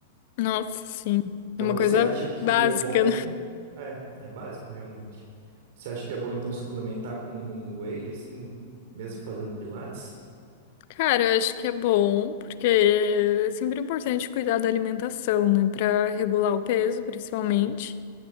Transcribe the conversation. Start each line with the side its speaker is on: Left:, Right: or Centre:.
Left: Nossa, sim.
Right: Então
Left: É uma
Right: você
Left: coisa
Right: acha que
Left: básica,
Right: é bom. É, é básico realmente. Você acha que é bom então suplementar com whey, assim, mesmo fazendo pilates?
Left: Cara, eu acho que é bom, porque é sempre importante cuidar da alimentação, né? Pra regular o peso, principalmente.